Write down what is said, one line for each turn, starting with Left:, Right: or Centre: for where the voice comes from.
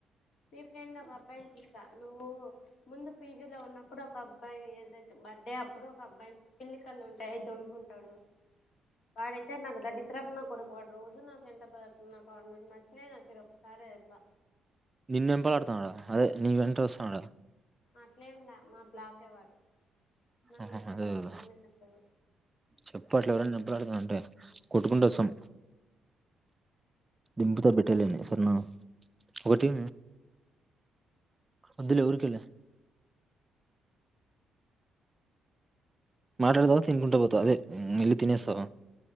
Left: మీ ఫ్రెండ్ ఒక అబ్బాయిని చూస నువ్వు ముందు పీజీలో ఉన్నప్పుడు ఒక అబ్బాయి ఏద బర్త్డే అప్పుడు ఒక అబ్బాయి పిల్లి కల్ళు ఉంటాయి చంపు ఉంటాడు వాడైతే నాకు దరిద్రపున కొడుకు వాడు రోజు నాకు ఎంట పడుతు నచ్చలే నచ్చడు ఒకసారి అట్లా
Right: నిన్నెంపల్ ఆడుతానడా అదే నీ వెంట వస్తాండా
Left: అట్లేంలా మా బ్లాకే వాడు నాకు
Right: ఆహ
Left: నచ్చడు
Right: అదే
Left: వాడు
Right: కద
Left: మొహమే నచ్చదు
Right: చెప్పట్ల ఎవరైనా నింపలాడుతాం అంటే కొట్టుకుంట వస్తాం దింపుతో బెటాలియనీస్ సరే నా ఒక టి వదులే ఊరికేలే మాట్లాడతావ తిన్కుంటా పోతవా అదే ఎల్లి తినేస్తావా